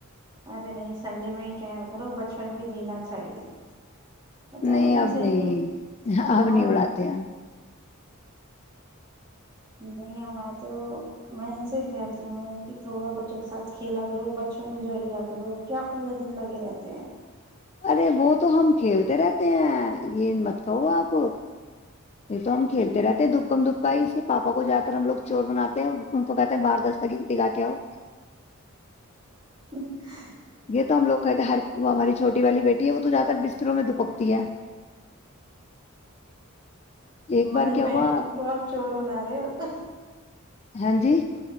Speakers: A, on the right; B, on the left.
A: ارے نہیں سنڈے میں ہی کیا کرو بچپن بھی جینا چاہیے پتہ
B: نہیں
A: ہے انسانی
B: اب نہیں
A: عمر
B: اب نہیں اڑاتے ہیں
A: نہیں ہمارے تو میں ان سے کہتی ہوں ان کی تھوڑا بچوں کے ساتھ کھیلا کرو بچپن انجوائے کیا کرو کیا پورے دن لگے رہتے ہیں
B: ارے وہ تو ہم کھیلتے رہتے ہیں یہ مت کہو آپ یہ تو ہم کھیلتے رہتے ہیں دپکم دپکای اسکے پاپا کو جا کر ہم لوگ چور بناتے ہیں ان کو کہتے ہیں باہر دس تک گنتی گا کے آو
A: ہ <inaudible>
B: یہ تو ہم لوگ کہ ہر وہ ہماری چوٹی والی بیٹی ہے وہ تو زیادہ تر بستروں میں دپکتی ہے ایک
A: منی
B: بار کیا
A: بینک
B: ہوا
A: کو آپ چور بنا رہے ہو
B: ہاں جی